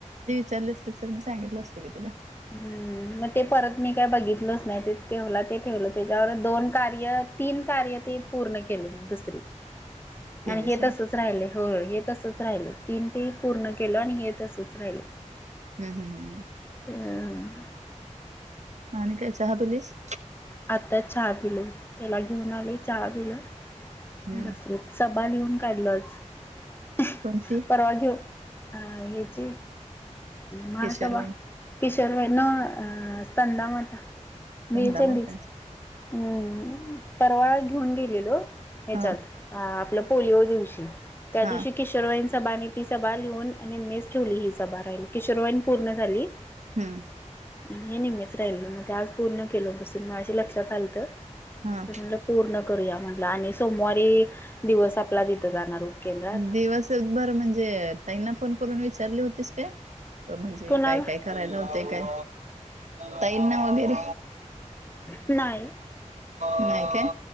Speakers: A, on the right; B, on the left.
A: चाले असते तर मी सांगितलं असते की तुला.
B: हम्म. मग ते परत मी काय बघितलच नाही ते ठेवलं ते ठेवलं त्याच्यावर दोन कार्य तीन कार्य. ते पूर्ण केल दुसरी
A: केलीस
B: आणि हे
A: आहे.
B: तसच राहिलं हो हे तसच राहिल. तीन ते पूर्ण केलं आणि हेेत असच राहिल.
A: हम् हम् हम् हम.
B: हम.
A: आणि काय चहा पलीस.
B: आता चहा पिले त्याला घेऊन आले चहा पिलं
A: हम्म.
B: बसले. लिहून काढलच
A: कोणती
B: परवा घेऊ. ह्याची मासभा
A: किशोर वईन
B: किशोरभईन. स्तंद म. वीरचलीच
A: संधा मातांची
B: हम परवा घेऊन गेली. आप प
A: हा
B: दि त्याव
A: हा
B: क. सभानी ती सभा लिहून आणि मेच ठेवली ही सभा राहिली किशोरवाईन पूर्ण झाली.
A: हम्म
B: हे नि मच राहिल म. पूर्ण केलं होतं सग माझ्या लक्षात आलत,
A: हा
B: म्हणल पूर्ण करूया म्हटलं आणि सोमवारी दिवस आपला तिथं जाणार. उपकेंद्रात
A: दिवसभर म्हणजे, ताईंना फोन करून विचारली होतीस काय? म्हणजे
B: कुणाला
A: काय काय करायला लावत्याय काय? ताईना वगैरे.
B: नाही
A: नाही काय